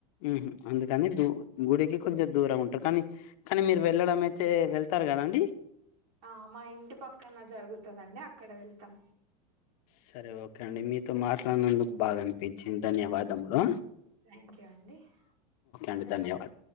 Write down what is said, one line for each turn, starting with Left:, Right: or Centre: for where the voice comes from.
Left: ఊహూ అందుకని దూ గుడికి కొంచెం దూరం ఉంటారు కానీ కానీ మీరు వెళ్ళడం అయితే వెళ్తారు కదాండి
Right: ఆ మా ఇంటి పక్కన జరుగుతుందండి అక్ క్కడ వెళ్తాం
Left: సరే ఓకే అండి మీతో మాట్లాడినందుకు బాగా అనిపిచ్చింది ధన్యవాదములో
Right: థ్యాంక్ యూ అండి
Left: అండి
Right: ఓకే
Left: ధన్యవాదాలు